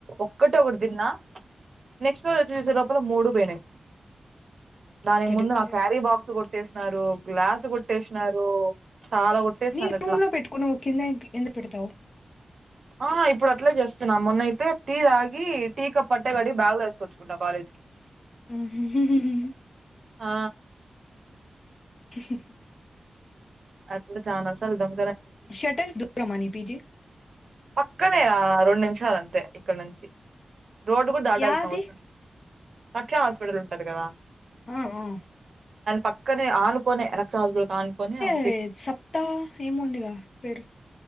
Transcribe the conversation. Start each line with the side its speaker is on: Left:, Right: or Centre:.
Right: ఒక్కట ఒకటి తిన్నా నెక్స్ట్ రోజు తినేసే లోపల మూడు పోయినాయి. ననిగ
Left: సరిపోయింది
Right: ముందు నా క్యారిబాక్స్ కొ ట్టేస్తున్నారు గ్లాసు కొట్టేసినారు, చాలా కొట్టేసినారు
Left: నీ
Right: అట్లా
Left: రూమ్ లో పెట్టుకో నువ్వు కింద ఎందుకు పెడతావు
Right: ఆ ఇప్పుడు అట్లే చేస్తున్నా మొన్నయితే టీ తాగి టీక పట్ట గడి బ్యాగులో వసుకోచ్చు ఉన్న కాలేజ్ కి
Left: హు హు హమ్
Right: ఆ
Left: <unintelligible>
Right: అట్లా చాన సార్లు దొం
Left: షటల్ దూ రమణ పీజి
Right: పక్కనే రా రెండు నిమిసాలు అంతే ఇక్కడ నుంచి రోడ్డు కూడా దాటాల్సిన
Left: యాది
Right: అవసరం. రక్ష హాస్పిటల్ ఉంటది కదా
Left: ఆ ఆ
Right: పక్కనే ఆనుకోనే రక్ష హౌస్ అనుకునే అ
Left: ఏ సప్తా ఏము ఉందిగా పేరు